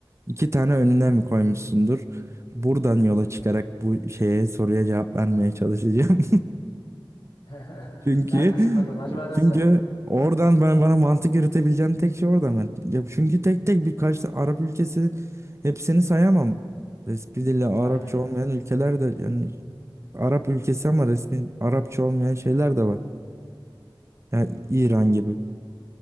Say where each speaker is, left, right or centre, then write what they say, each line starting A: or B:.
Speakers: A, on the right; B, on the left.
A: iki tane önüne mi koymuşsundur? Buradan yola çıkarak bu şeye soruya cevap vermeye çalışacağım.
B: <laughs>
A: Çünkü
B: Sen düşün bakalım acaba nasıl
A: çünkü
B: yaptın?
A: oradan ben bana mantık yürütebileceğim tek şey oradan. Ben- Ya çünkü tek tek birkaç tane Arap ülkesi hepsini sayamam. Resmi dili Arapça
B: Aynen.
A: olmayan ülkeler de yani Arap ülkesi ama resmi Arapça olmayan şeyler de var. Yani İran gibi.